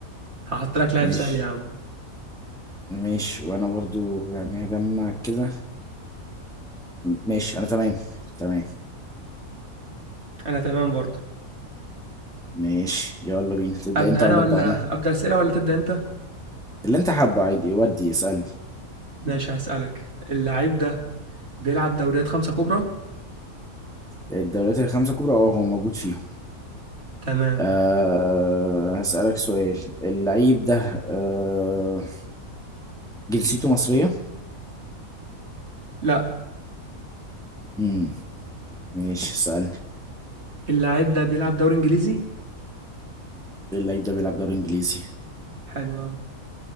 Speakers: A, on the right; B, in the centre.
A: هحط لك لاعب
B: ماشي
A: سهل يا عم
B: ماشي وانا برضو يعني هجمع كده ماشي انا تمام تمام
A: انا تمام برضو
B: ماشي يلا بينا تبدأ
A: ابدا
B: انت ولا
A: انا ولا
B: ابدأ انا
A: ابدا اسئلة ولا تبدا انت
B: اللي انت حابه عادي ودي اسألني
A: ماشي هسألك اللاعب ده بيلعب دوريات خمسة كبرى
B: الدوريات الخمسة الكبرى اه هو موجود فيهم
A: تمام
B: أه هسألك سؤال اللعيب ده أه جنسيته مصرية؟
A: لا
B: مم. ماشي اسألني
A: اللاعب ده بيلعب دوري انجليزي
B: اللعيب ده بيلعب دوري انجليزي
A: حلو أوي